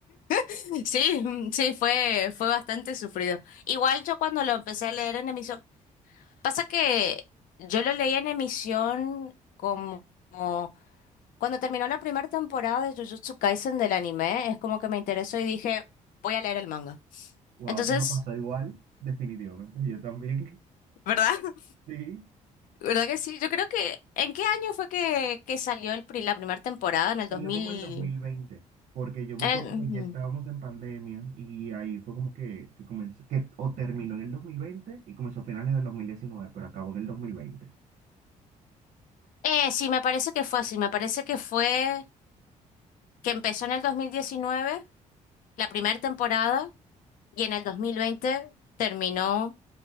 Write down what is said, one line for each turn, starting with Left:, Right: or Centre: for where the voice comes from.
Left: <laughs> sí, sí, fue, fue bastante sufrido. Igual yo cuando lo empecé a leer en emisión Pasa que yo lo leí en emisión como, como cuando terminó la primera temporada de Jujutsu Kaisen del anime, es como que me interesó y dije, voy a leer el manga.
Right: Wow,
Left: Entonces,
Right: no pasó igual, definitivamente, yo también,
Left: ¿verdad? <laughs>
Right: <laughs> sí.
Left: ¿Verdad que sí? Yo creo que, ¿en qué año fue que, que salió el, pri- la primera temporada? En el
Right: Salió
Left: 2000...
Right: como en dos mil veinte porque yo me
Left: en
Right: acuerdo
Left: el- ujú.
Right: que ya estábamos en pandemia y ahí fue como que, que comenzó, que o terminó en el 2020 y comenzó a finales del 2019 pero acabó en el dos mil veinte
Left: Eh, sí, me parece que fue así, me parece que fue que empezó en el 2019 la primera temporada, y en el 2020 terminó.